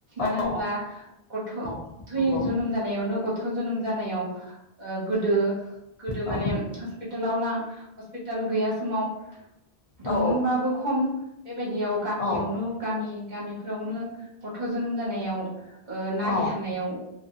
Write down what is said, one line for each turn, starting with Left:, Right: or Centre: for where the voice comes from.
Right: मानो होनोमब्ला
Left: औ
Right: गथ
Left: औ
Right: थै
Left: नंगौ
Right: जोनोम जानायावनो गथ जोनोम जानायाव गोदो गोदो
Left: औ
Right: माने हसपिटेलाव लां <unintelligible> हसपिटाल गैया समाव दंमोनबाबो
Left: औ
Right: खम बेबायदियाव गामियावनो
Left: औ
Right: गामि गामिफ्रावनो गथ जोनोम जानायाव ओ नारि
Left: औ
Right: हानायाव